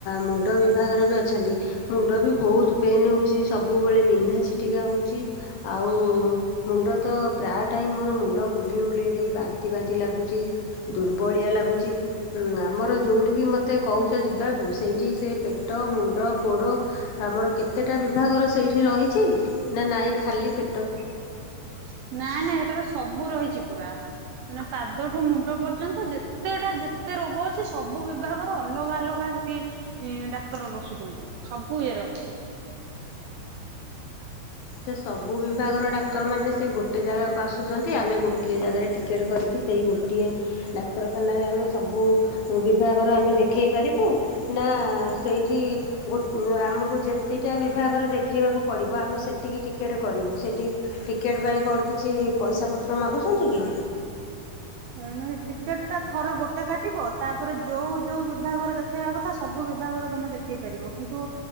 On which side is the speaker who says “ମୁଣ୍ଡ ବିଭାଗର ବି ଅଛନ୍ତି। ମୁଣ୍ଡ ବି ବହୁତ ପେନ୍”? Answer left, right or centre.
Left